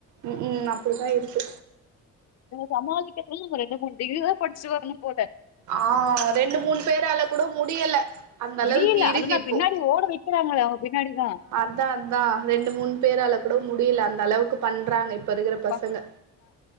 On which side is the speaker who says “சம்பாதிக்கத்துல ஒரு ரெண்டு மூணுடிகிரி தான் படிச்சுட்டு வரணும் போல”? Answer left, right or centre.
Left